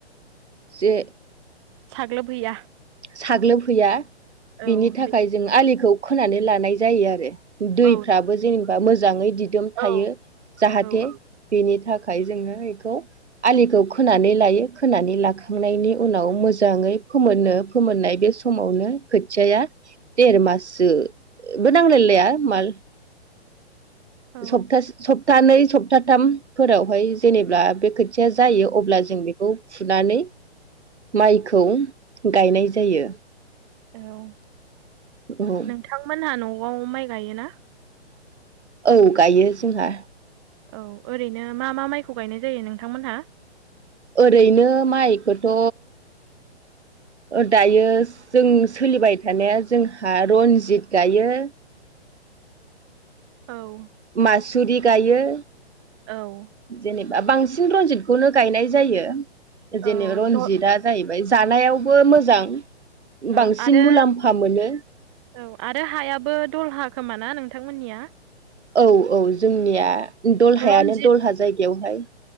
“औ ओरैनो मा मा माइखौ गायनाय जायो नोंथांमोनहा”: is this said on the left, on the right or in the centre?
Right